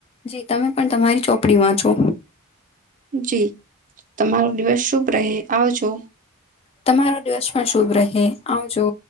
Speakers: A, on the left (about 25°); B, on the right (about 35°).
A: જી તમે પણ તમારી ચોપડી વાંચો
B: જી તમારો દિવસ શુભ રહે આવજો તો
A: તમારો દિવસ પણ શુભ રહે આવજો